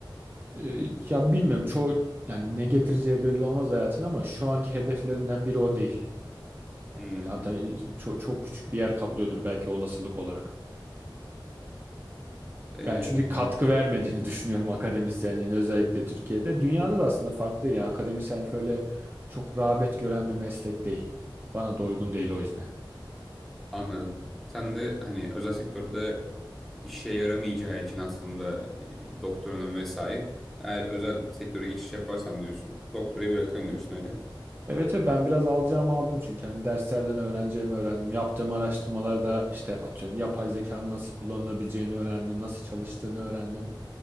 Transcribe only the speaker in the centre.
Hmm,
em,
anladım. Sen de hani özel sektörde işe yaramayacağı için aslında e, doktoranın vesaire. Eğer özel sektöre geçiş yaparsam diyorsun, doktorayı bırakırım diyorsun öyle mi?